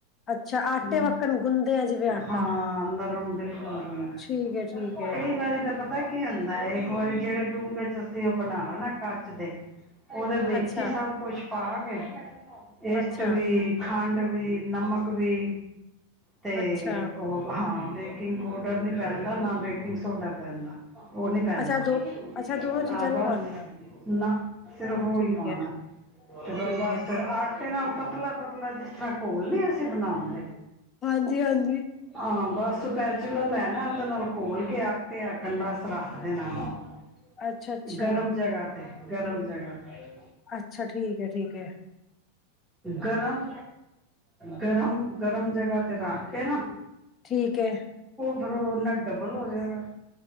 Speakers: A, on the left; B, in the centre.
A: ਅੱਛਾ ਆਟੇ
B: ਹੂੰ,
A: ਵੱਕਣ ਗੁੰਦੇ ਆ ਜਿਵੇਂ ਆਟਾ
B: ਹਾਂ ਅੰਦਰ <unintelligible>
A: ਠੀਕ ਹੈ ਠੀਕ ਹੈ
B: ਕਈ ਵਾਰੀ ਤਾਂ ਪਤ ਪਤਾ ਕੀ ਹੁੰਦਾ ਏ? ਇੱਕ ਵਾਰੀ ਜਿਹੜੇ ਡੂੰਘੇ ਚ ਅਸੀਂ ਉਹ ਬਣਾਵਾ ਨਾ ਕੱਚ ਦੇ, ਉਹ
A: ਅੱਛਾ
B: ਜੀ ਸਭ ਕੁਛ ਪਾ ਕੇ ਇਸਟ
A: ਅੱਛਾ,
B: ਵੀ ਖੰਡ। ਵੀ ਨਮਕ ਵੀ, ਤੇ
A: ਅੱਛਾ,
B: ਉਹ ਹਾਂ ਬੇਕਿੰਗ ਪਾਊਡਰ ਪੈਂਦਾ, ਨਾ ਬੇਕਿੰਗ ਸੋਡਾ ਪੈਂਦਾ। ਉਹ ਨਹੀ ਪੈਂਦਾ,
A: ਅੱਛਾ ਦੋ ਅੱਛਾ ਦੋਨੋ ਚੀਜ਼ਾਂ
B: ਆ
A: ਨੀ
B: ਬਸ,
A: ਪਾਉਣੀਆਂ
B: ਨਾ ਸਿਰਫ ਔਈ।
A: ਠੀਕ
B: ਪਾਣਾ,
A: ਐ,
B: ਤੇ
A: ਠੀਕ
B: ਬਸ
A: ਐ।
B: ਫਿਰ ਆ ਫੇਰ ਨਾ ਪਤਲਾ-ਪਤਲਾ, ਜਿਸ ਤਰ੍ਹਾਂ ਘੋਲ ਨੀ ਅਸੀਂ ਬਣਾਂਦੇ?
A: ਹਾਂਜੀ-ਹਾਂਜੀ,
B: ਆਮ। ਬਸ ਪੈਚਲਰ ਲੈਨਾ ਏ, ਉਹਦੇ ਨਾਲ ਘੋਲ ਕੇ, ਆਟੇ ਆਕਣ ਬਸ ਰੱਖ ਦੇਣਾ ਉਹਨੂੰ।
A: ਅੱਛਾ-ਅੱਛਾ,
B: ਗਰਮ ਜਗ੍ਹਾ ਤੇ। ਗਰਮ ਜਗ੍ਹਾ ਤੇ।
A: ਅੱਛਾ ਅੱਛਾ ਅੱਛਾ ਠੀਕ ਐ, ਠੀਕ ਐ,
B: ਗਰਮ, ਗਰਮ-ਗਰਮ ਜਗ੍ਹਾ ਤੇ ਰੱਖ ਕੇ ਨਾ
A: ਠੀਕ ਐ।
B: ਫੇਰ ਉਹ ਉਨ੍ਹਾਂ ਡਬਲ ਹੋ ਜਾਏਗਾ।